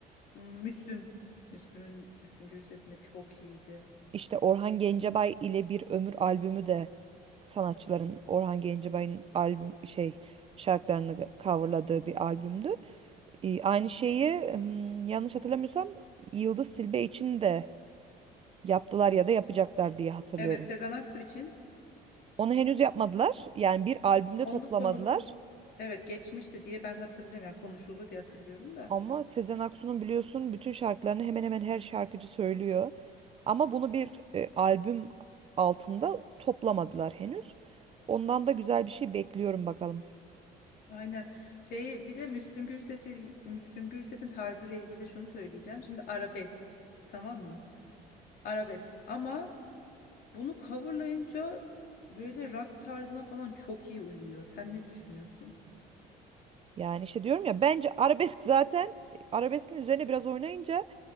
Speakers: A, on the left (about 65°); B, on the right (about 35°).
A: Hmm, Müslüm. Müslüm'ün Müslüm Gürses'in de çok iyiydi.
B: İşte Orhan Gencebay ile Bir Ömür albümü de sanatçıların Orhan Gencebay'ın albüm şey şarkılarını coverladığı bir albümdü. Ee, aynı şeyi hmm, yanlış hatırlamıyorsam Yıldız Silbe için de yaptılar ya da yapacaklar diye hatırlıyorum.
A: Evet Sezen Aksu için
B: Onu henüz yapmadılar. Yani bir albümde
A: onun
B: toplamadılar.
A: da konusu evet geçmişti diye ben hatırlıyorum. Yani konuşuldu diye hatırlıyorum da.
B: Ama Sezen Aksu'nun biliyorsun bütün şarkılarını hemen hemen her şarkıcı söylüyor. Ama bunu bir e, albüm altında toplamadılar henüz. Ondan da güzel bir şey bekliyorum bakalım.
A: Aynen. Şeyi bir de Müslüm Gürses'le Müslüm Gürses'in tarzıyla ilgili de şunu söyleyeceğim. Şimdi arabesk. Tamam mı? Arabesk. Ama bunu coverlayınca böyle rock tarzına falan çok iyi uyuyor. Sen ne düşünüyorsun?
B: Yani işte diyorum ya bence arabesk <laughs> zaten e, arabeskin üzerine biraz oynayınca